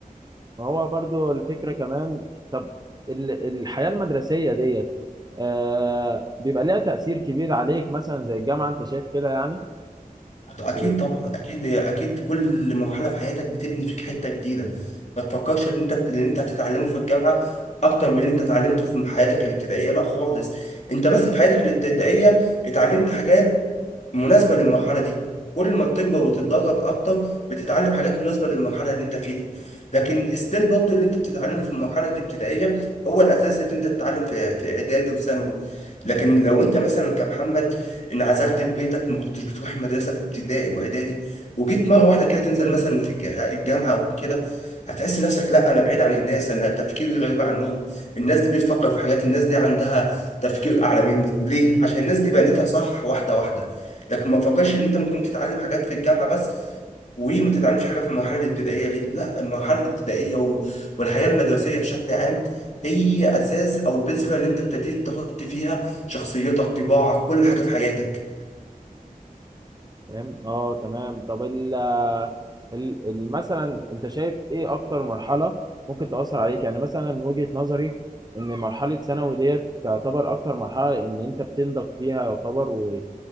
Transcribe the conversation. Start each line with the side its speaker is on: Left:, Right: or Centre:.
Right: ما هو برضو الفكرة كمان طب ال- الحياة المدرسية ديت آه بيبقى ليها تأثير كبير عليك مثلا زي الجامعة انت شايف كده يعني
Left: اكيد
Right: بس
Left: طبعا اكيد هي اكيد كل مرحله في حياتك بتبني فيك حته جديده ما تفكرش ان انت اللي انت هتتعلمه في الجامعه اكتر من اللي انت اتعلمته في حياتك الابتدائيه لا خالص انت بس في حياتك الابتدائيه اتعلمت حاجات مناسبة للمرحلة دي كل ما بتكبر وتتدرج أكتر بتتعلم حاجات مناسبة للمرحلة اللي أنت فيها لكن ستيل برضه اللي أنت بتتعلمه في المرحلة الابتدائية هو الأساس اللي أنت تتعلم في في إعدادي وثانوي لكن لو أنت مثلا كمحمد انعزلت في بيتك ما كنتش بتروح المدرسة في ابتدائي وإعدادي وجيت مرة واحدة كده تنزل مثلا في الج- الجامعة أو كده هتحس نفسك لا أنا بعيد عن الناس أنا تفكيري غريب عنهم الناس دي بتفكر في حاجات الناس دي عندها تفكير أعلى مني ليه؟ عشان الناس دي بنيتها صح واحدة واحدة لكن ما تفكرش ان انت ممكن تتعلم حاجات في الجامعه بس وما تتعلمش حاجه في المرحله الابتدائيه ليه؟ لا المرحله الابتدائيه و- والحياه المدرسيه بشكل عام هي اساس او البذره اللي انت ابتديت تحط فيها شخصيتك طباعك كل حاجه في حياتك
Right: فاهم اه تمام طب ال ال- ال- مثلا انت شايف ايه اكتر مرحله ممكن تاثر عليك يعني مثلا من وجهه نظري ان مرحله ثانوي ديت تعتبر اكتر مرحله ان انت بتنضج فيها يعتبر و